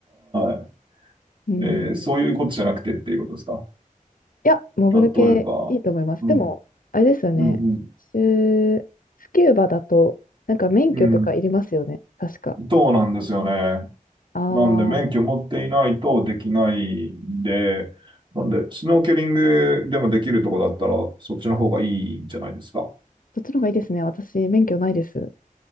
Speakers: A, on the right (about 35°); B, on the left (about 75°).
A: い。
B: うん。
A: えーそういうことじゃなくてっていうことですか。
B: いや、潜る系いいと思います。
A: 例えば、うん、
B: でも、あれですよね。
A: うん、
B: シュースキューバだと、なんか免許とかいりますよね。
A: うん、うん。
B: 確か。
A: そうなんですよね。
B: ああ。
A: なんで、免許持っていないとできないんで、なんで、スノーケリングでもできるとこだったら、そっちの方がいいんじゃないですか。
B: そっちの方がいいですね。私、免許ないです。